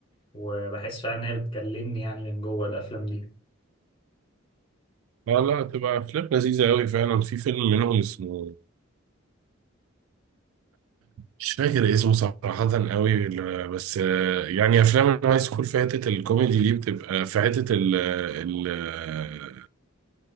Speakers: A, on the left; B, on the right.
A: وبحس فعلا ان هي بتكلمني يعني من جوه الافلام
B: لا لا تبقى أفلام لذيذة أوي فعلا في فيلم منهم اسمه مش فاكر اسمه صراحة أوي ال- بس آه، يعني أفلام الهاي سكول في حتة الكوميدي دي بتبقى في حتة ال ال آه،